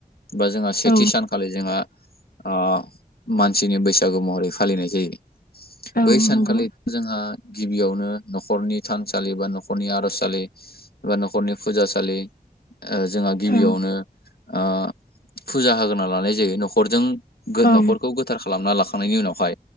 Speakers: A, on the left (about 85°); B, on the left (about 70°).
A: बा जोंहा सेथि
B: औ
A: सानखालि जोंहा आ मानसिनि बैसागु महरै फालिनाय जायो
B: औ
A: बै सानखालि
B: नंगौ
A: जोंहा गिबियावनो नखरनि थानसालि बा नखरनि आरजसालि बा नखरनि फुजासालि जोंहा गिबियावनो
B: औ
A: ओ फुजा होग्रोना लानाय जायो नखरजों।
B: औ
A: नखरखौ गोथार खालामनी खालामना लाखांनायनि उनावहाय